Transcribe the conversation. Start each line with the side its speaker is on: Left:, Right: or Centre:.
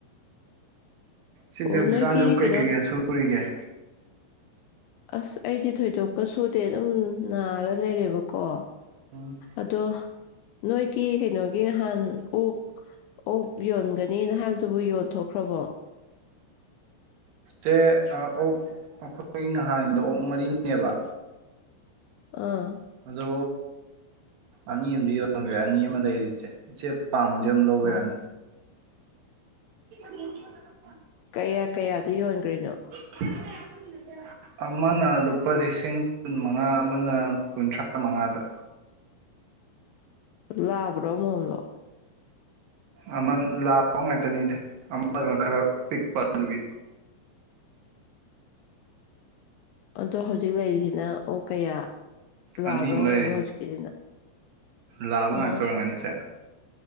Right: ꯁꯤꯗꯤ
Left: ꯑꯣ
Right: ꯍꯧꯖꯤꯛꯀꯥꯟꯁꯨ
Left: ꯅꯣꯏꯒꯤ ꯀꯩꯅꯣ
Right: ꯀꯩ ꯀꯩ ꯀꯩ ꯁꯨꯔꯤꯒꯦ꯫
Left: ꯑꯁ ꯑꯩꯗꯤ ꯊꯣꯏꯗꯣꯛꯄ ꯁꯨꯗꯦ ꯑꯗꯨꯝ ꯅꯥꯔ ꯂꯩꯔꯦꯕꯀꯣ꯫
Right: ꯎꯝ꯫
Left: ꯑꯗꯣ ꯅꯣꯏꯒꯤ ꯀꯩꯅꯣꯒꯤ ꯅꯍꯥꯟ ꯑꯣꯛ꯫ ꯑꯣꯛ ꯌꯣꯟꯒꯅꯤꯅ ꯍꯥꯏꯕꯗꯨꯕꯨ ꯌꯣꯟꯊꯣꯛꯈ꯭ꯔꯕꯣ꯫
Right: ꯁꯦ ꯑꯣꯛ ꯑꯩꯈꯣꯏ ꯉꯍꯥꯟꯗꯣ ꯑꯣꯛ ꯃꯔꯤꯅꯦꯕ꯫
Left: ꯑꯥ꯫
Right: ꯑꯗꯣ ꯑꯅꯤꯃꯗꯤ ꯌꯣꯟꯒ꯭ꯔꯦ ꯑꯅꯤ ꯑꯃ ꯂꯩꯔꯤ ꯏꯆꯦ-ꯏꯆꯦ꯫ ꯄꯥꯝꯃꯗꯤ ꯑꯗꯨꯝ ꯂꯧꯕ
Left: ꯑꯣ
Right: ꯌꯥꯅꯤ꯫ <unintelligible>
Left: ꯀꯌꯥ ꯀꯌꯥꯗ ꯌꯣꯟꯈ꯭ꯔꯤꯅꯣ꯫
Right: <unintelligible> ꯑꯃꯅ ꯂꯨꯄꯥ ꯂꯤꯁꯤꯡ ꯀꯨꯟ ꯃꯉꯥ ꯑꯃꯅ꯫ ꯀꯨꯟꯊ꯭ꯔꯥ ꯃꯉꯥꯗ꯫
Left: ꯂꯥꯛꯕ꯭ꯔꯣ ꯑꯃꯣꯝꯂꯣ꯫
Right: ꯑꯃ ꯂꯥꯕ ꯉꯥꯛꯇꯅꯤꯗ ꯑꯃꯗꯨꯅ ꯈꯔ ꯄꯤꯛꯄ ꯑꯗꯨꯒꯤ꯫
Left: ꯑꯗꯣ ꯍꯧꯖꯤꯛ ꯂꯩꯔꯤꯁꯤꯅ ꯑꯣ ꯀꯌꯥ ꯂꯥꯛꯑꯕ꯭ꯔꯥ
Right: ꯑꯅꯤꯃꯨꯛ
Left: ꯑꯃꯣꯅꯣ
Right: ꯂꯩꯔꯤ
Left: ꯍꯧꯖꯤꯛꯀꯤꯁꯤꯅ꯫
Right: ꯂꯥꯕ
Left: ꯑꯥ
Right: ꯉꯥꯛꯇ ꯑꯣꯏꯔꯝꯒꯅꯤ ꯏꯁꯦ꯫